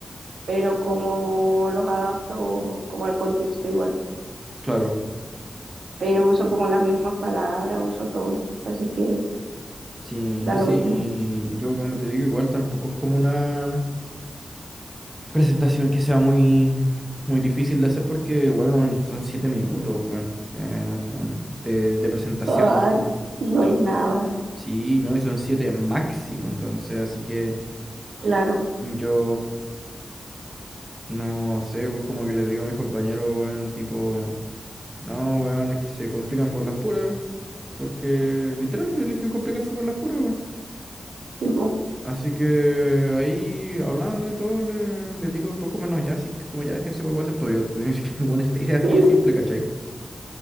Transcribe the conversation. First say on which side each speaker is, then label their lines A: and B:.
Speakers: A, on the right (about 85°); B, on the right (about 20°).
A: pero como los adapto como al contexto igual, po.
B: claro.
A: Pero uso como las mismas palabras, uso todo, así que
B: Sí,
A: da lo
B: sí,
A: mismo.
B: yo como te digo, igual tampoco es como una presentación que sea muy, muy difícil de hacer porque igual weón, son siete minutos, weón, o sea, no tan- de, de presentación.
A: Ah, no
B: To-
A: es nada,
B: Sí, no, y son siete máximo, entonces, así que
A: claro,
B: yo no sé, o como que les digo a mis compañeros, weón, tipo, no, weón, es que se complican por las puras, porque literal se eligen complicarse por las puras, weón.
A: tipo,
B: Así que ahí hablando y todo, le, les digo, pues como no, ya, así que como ya déjense, voy a hacer todo yo. <laughs> Es que, Bueno, esta idea así
A: <laughs>
B: de simple, ¿cachai?